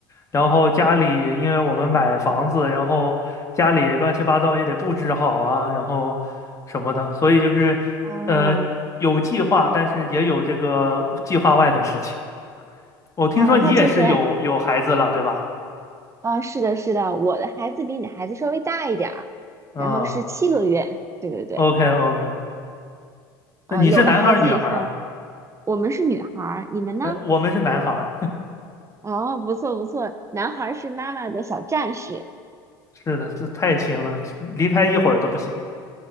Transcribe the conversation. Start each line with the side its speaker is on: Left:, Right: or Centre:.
Left: 然后家里因为我们买房子，然后家里乱七八糟也得布置好啊，然后什么的，所以就是
Right: 哦
Left: 呃有计划，但是也有这个计划外的事情。我听说你也是有有孩子了，
Right: 哦，那就是
Left: 对吧？
Right: 哦，是的，是的，我的孩子比你的孩子稍微大一点儿，
Left: 嗯
Right: 然后是七个月。对对对。
Left: ，OK OK，那你是男孩儿女孩儿啊？
Right: 呃，有了孩子以后，我们是女孩儿，你们呢？
Left: 呃，我们是男孩儿，
Right: 哦，不错不错，男孩儿是妈妈的小战士
Left: <laughs> 是的，是太亲了，离开一会儿都不行。